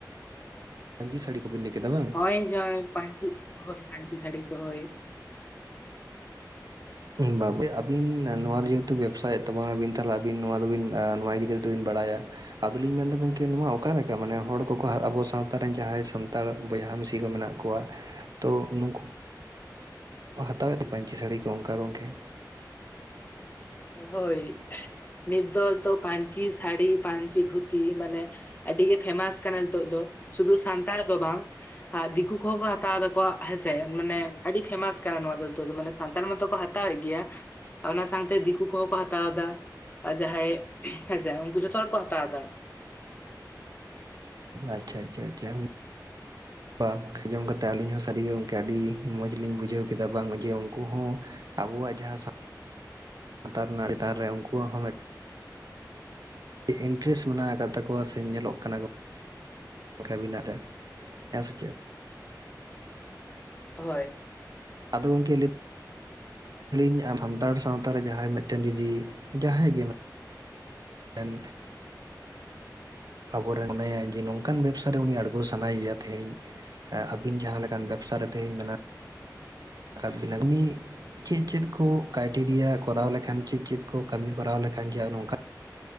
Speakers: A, on the right (about 60°); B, on the left (about 25°).
A: ᱯᱟᱹᱧᱪᱤ ᱥᱟᱹᱲᱤ ᱠᱚ ᱵᱤᱱ ᱞᱟᱹᱭ ᱠᱮᱫᱟ ᱵᱟᱝ
B: ᱦᱚᱸᱜ-ᱚᱭ ᱡᱮ ᱯᱟᱹᱧᱪᱤᱜ ᱯᱟᱹᱧᱪᱤ ᱥᱟᱹᱲᱤ ᱠᱚ ᱦᱚᱭ᱾ <inaudible>
A: <unintelligible> ᱟᱹᱵᱤᱱ ᱱᱚᱣᱟ ᱡᱮᱦᱮᱛᱩ ᱵᱮᱵᱽᱥᱟᱭᱮᱫ ᱛᱟᱵᱚᱱ ᱟᱹᱵᱤᱱ ᱛᱟᱦᱞᱮ ᱟᱹᱵᱤᱱ ᱱᱚᱣᱟ ᱫᱚᱵᱤᱱ ᱱᱚᱣᱟ ᱤᱫᱤ ᱠᱟᱛᱮᱜ ᱫᱚᱵᱤᱱ ᱵᱟᱲᱟᱭᱟ ᱟᱫᱚ ᱞᱤᱧ ᱢᱮᱱᱫᱟ ᱜᱚᱢᱠᱮ ᱱᱚᱣᱟ ᱚᱠᱟ ᱞᱮᱠᱟ ᱢᱟᱱᱮ ᱦᱚᱲ ᱠᱚᱠᱚ ᱟᱵᱚ ᱥᱟᱶᱛᱟ ᱨᱮᱱ ᱡᱟᱦᱟᱸᱭ ᱥᱟᱱᱛᱟᱲ ᱵᱚᱭᱦᱟ ᱢᱤᱥᱤ ᱠᱚ ᱢᱮᱱᱟᱜ ᱠᱚᱣᱟ ᱠᱚᱣᱟᱜ ᱛᱚ ᱱᱩᱠᱩᱼᱼ ᱦᱟᱛᱟᱣᱮᱫ ᱛᱮ ᱯᱟᱹᱧᱪᱤ ᱥᱟᱹᱲᱤ ᱠᱚ ᱚᱱᱠᱟ ᱜᱚᱢᱠᱮ
B: ᱦᱚᱭ ᱱᱤᱛ ᱫᱚ <unintelligible> ᱯᱟᱹᱧᱪᱤ ᱥᱟᱹᱲᱤ ᱯᱟᱹᱧᱪᱤ ᱫᱷᱩᱛᱤ ᱢᱟᱱᱮ ᱟᱹᱰᱤ ᱜᱮ ᱯᱷᱮᱢᱟᱥ ᱠᱟᱱᱟ ᱱᱤᱛᱚᱜ ᱫᱚ ᱥᱩᱫᱷᱩ ᱥᱟᱱᱛᱟᱲ ᱫᱚ ᱵᱟᱝ ᱫᱤᱠᱩ ᱠᱚᱦᱚᱸ ᱠᱚ ᱦᱟᱛᱟᱣ ᱫᱟ ᱠᱚᱣᱟᱜ ᱦᱮᱸᱥᱮ ᱢᱟᱱᱮ ᱟᱹᱰᱤ ᱯᱷᱮᱢᱟᱥ ᱠᱟᱱᱟ ᱱᱚᱣᱟ ᱫᱚ ᱢᱟᱱᱮ ᱥᱟᱱᱛᱟᱲ ᱢᱟᱛᱚ ᱠᱚ ᱦᱟᱼᱼ ᱦᱟᱛᱟᱣᱮᱫ ᱜᱮᱭᱟ ᱚᱱᱟ ᱥᱟᱶᱛᱮ ᱫᱤᱠᱩ ᱠᱩ ᱠᱚᱦᱚᱸ ᱠᱚ ᱦᱟᱛᱟᱣ ᱮᱫᱟ ᱟᱨ ᱡᱟᱦᱟᱸᱭ ᱦᱮᱸᱥᱮ ᱩᱱᱠᱩ ᱡᱷᱚᱛᱚ ᱦᱚᱲ ᱠᱚ ᱦᱟᱛᱟᱣ ᱮᱫᱟ
A: ᱟᱪᱪᱷᱟ ᱟᱪᱪᱷᱟ ᱟᱪᱪᱷᱟ <unintelligible> ᱟᱸᱡᱚᱢ ᱠᱟᱛᱮᱫ ᱟᱹᱞᱤᱧ ᱦᱚᱸ ᱥᱟᱹᱨᱤ ᱜᱮ ᱜᱚᱢᱠᱮ ᱟᱹᱰᱤ ᱢᱚᱸᱡᱽ ᱞᱤᱧ ᱵᱩᱡᱷᱟᱹᱣ ᱠᱮᱫᱟ ᱵᱟᱝ ᱡᱮ ᱩᱱᱠᱩ ᱦᱚᱸ ᱟᱵᱚᱣᱟᱜ ᱡᱟᱦᱟᱸ ᱥᱟᱶᱛᱟ ᱨᱮᱱᱟᱜ ᱪᱮᱛᱟᱱ ᱨᱮ ᱩᱱᱠᱩᱣᱟᱜ ᱦᱚᱸ ᱢᱤᱫᱼᱼ ᱤᱱᱴᱟᱨᱮᱥᱴ ᱢᱮᱱᱟᱜ ᱟᱠᱟᱫ ᱛᱟᱠᱚᱣᱟ ᱥᱮ ᱧᱮᱞᱚᱜ ᱠᱟᱱᱟ ᱠᱚ ᱚᱱᱠᱟ <unintelligible> ᱦᱮᱸ ᱥᱮ ᱪᱮᱫ
B: ᱦᱳᱭ
A: ᱟᱫᱚ ᱜᱚᱢᱠᱮ ᱞᱟᱹᱭᱼᱼ ᱟᱹᱞᱤᱧ ᱟ ᱥᱟᱱᱛᱟᱲ ᱥᱟᱶᱛᱟ ᱨᱮ ᱡᱟᱦᱟᱸᱭ ᱢᱤᱫᱴᱮᱱ ᱡᱩᱫᱤ ᱡᱟᱦᱟᱸᱭ ᱜᱮ ᱮᱱ ᱟᱵᱚᱨᱮᱱ ᱢᱟᱱᱮ ᱡᱮ ᱱᱚᱝᱠᱟᱱ ᱵᱮᱵᱽᱥᱟ ᱨᱮ ᱩᱱᱤ ᱟᱬᱜᱚ ᱥᱟᱱᱟᱭᱮᱭᱟ ᱛᱮᱦᱮᱧ ᱟᱹᱵᱤᱱ ᱡᱟᱦᱟᱸ ᱞᱮᱠᱟᱱ ᱵᱮᱵᱽᱥᱟ ᱨᱮ ᱛᱮᱦᱤᱧ ᱢᱮᱱᱟᱜ ᱢᱮᱱᱟᱜ ᱟᱠᱟᱫᱵᱤᱱᱟ ᱩᱱᱤ ᱪᱮᱫ ᱪᱮᱫ ᱠᱚ ᱠᱟᱭᱴᱮᱨᱤᱭᱟ ᱠᱚᱨᱟᱣ ᱞᱮᱠᱷᱟᱱ ᱪᱮᱫ ᱪᱮᱫ ᱠᱚ ᱠᱟᱹᱢᱤ ᱠᱚᱨᱟᱣ ᱞᱮᱠᱷᱟᱱ ᱡᱮ ᱟᱨ ᱱᱚᱝᱠᱟ